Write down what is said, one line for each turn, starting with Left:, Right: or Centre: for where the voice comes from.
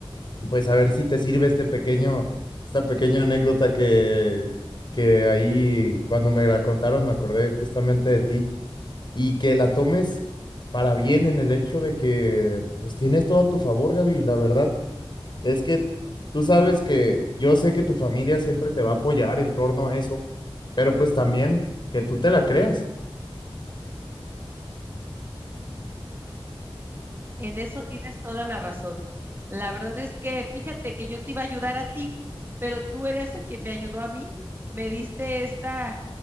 Left: pues a ver si te sirve este pequeño, esta pequeña anécdota que, que ahí cuando me la contaron me acordé justamente de ti y que la tomes para bien en el hecho de que pues tienes todo a tu favor, Gaby. La verdad es que tú sabes que yo sé que tu familia siempre te va a apoyar en torno a eso, pero pues también que tú te la creas.
Right: En eso tienes toda la razón. La verdad es que fíjate que yo te iba a ayudar a ti, pero tú eres el que me ayudó a mí. Me diste esta,